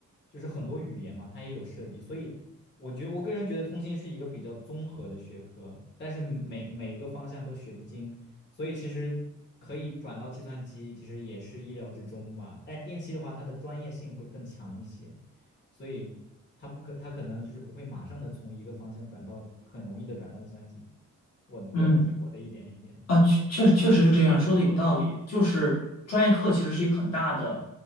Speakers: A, on the left; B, on the left.
A: 就是很多语言嘛，它也有涉及。所以我觉我个人觉得通信是一个比较综合的学科，但是每每个方向都学不精，所以其实可以转到计算机，其实也是意料之中吧。但电气的话，它的专业性会更强一些。所以他不可，他可能就是不会马上的从一个方向转到，很容易的转到计算机。我我我的一点理解。
B: 嗯。啊，确确确实是这样，说的有道理。就是专业课其实是一个很大的，